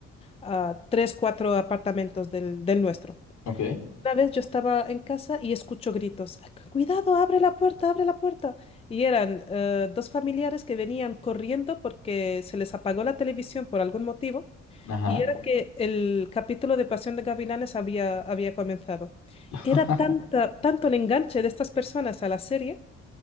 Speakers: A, on the left (about 20°); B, on the left (about 65°).
A: a, a tres, cuatro apartamentos del, del nuestro.
B: Ok,
A: Una vez yo estaba en casa y escucho gritos, cuidado, abre la puerta, abre la puerta. Y eran eh, dos familiares que venían corriendo porque se les apagó la televisión por algún motivo.
B: ajá.
A: Y era que el capítulo de Pasión de Gavilanes había, había comenzado.
B: <laughs>
A: Era tanta, tanto el enganche de estas personas a la serie